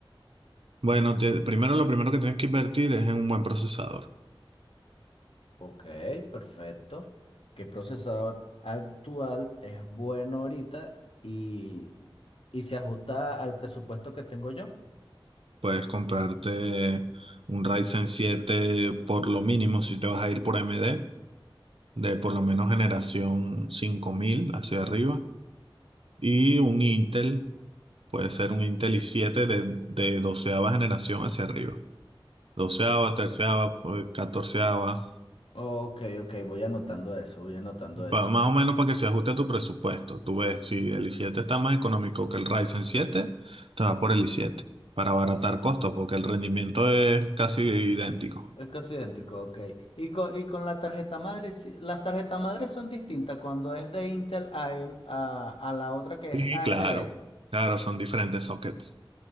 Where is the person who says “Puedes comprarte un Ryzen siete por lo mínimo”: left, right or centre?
Right